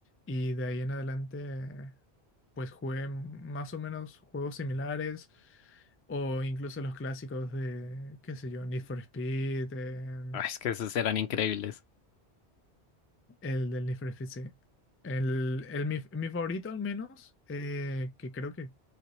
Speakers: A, on the left (about 20°); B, on the left (about 75°).
A: Y de ahí en adelante, pues jugué más o menos juegos similares, o incluso los clásicos de, qué sé yo, Need for Speed, eh,
B: Ah, es que esos eran increíbles.
A: el del Need for Speed, sí. El, el, mi, mi favorito al menos, eh, que creo que